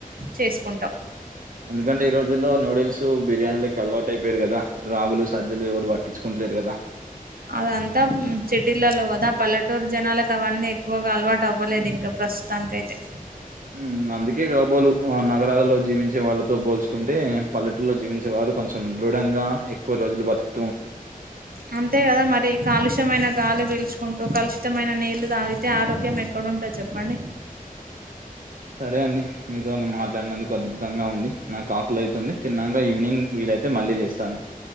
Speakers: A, on the right; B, on the right.
A: చేసుకుంటాం
B: ఎందుకంటే ఈ రోజుల్లో నూడిల్స్ బిర్యానీలకి అలవాటు అయిపోయారు కదా రాగులు సజ్జలు ఎవడు పట్టించుకుంటలేరు కదా దా
A: అదంతా సిటీలలో కదా పల్లెటూరు జనాలకు అవన్నీ ఎక్కువగా అలవాటు అవ్వలేదు ఇంకప్పుడు ప్రస్తుతానికి అయితే
B: ఉమ్ అందుకే కాబోలు నగరాలలో జీవించే వాళ్ళతో పోల్చుకుంటే పల్లెటలో జీవించే వాళ్ళు కొంచెం దృఢంగా ఎక్కువ రోజులు బతుకు
A: అంతే కదా మరి కాలుష్య కలుమైన గాలి పీల్చుకుంటూ కలుషితమైన నీళ్లు తాగితే ఆరోగ్యం ఎక్కడుంటది చెప్పండి
B: సరే అండి మీతో మాట్లాడినందుకు అద్భు తంగా ఉంది నాకు ఆకలి అయితుంది తిన్నగా ఈవినింగ్ వీలైతే మళ్ళీ చేస్తాను